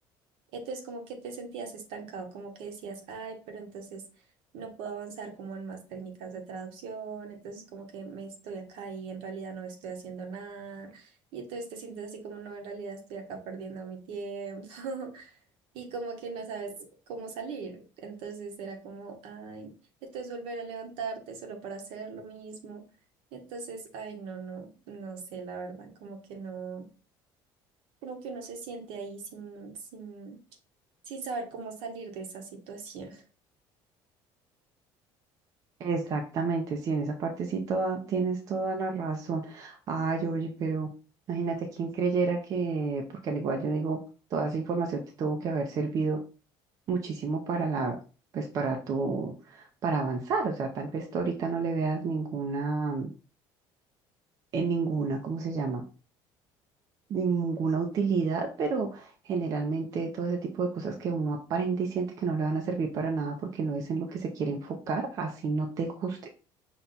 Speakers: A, on the right; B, on the right.
A: Entonces como que te sentías estancado, como que decías, ay, pero entonces no puedo avanzar como en más técnicas de traducción, entonces como que me estoy acá y en realidad no estoy haciendo nada, y entonces te sientes así como, no, en realidad estoy acá perdiendo mi tiempo, <laughs> y como que no sabes cómo salir, entonces era como, ay, entonces volver a levantarte solo para hacer lo mismo, entonces, ay, no, no, no sé, la verdad, como que no como que uno se siente ahí sin, sin, sin saber cómo salir de esa situación.
B: Exactamente, sí, en esa parte sí toda, tienes toda la razón. Ay, oye, pero imagínate quién creyera que, porque al igual yo digo, toda esa información te tuvo que haber servido muchísimo para la, pues para tu, para avanzar. O sea, tal vez tú ahorita no le veas ninguna, mm, en ninguna, ¿cómo se llama? Ninguna utilidad, pero generalmente todo ese tipo de cosas que uno aprende y siente que no le van a servir para nada porque no es en lo que se quiere enfocar, así no te guste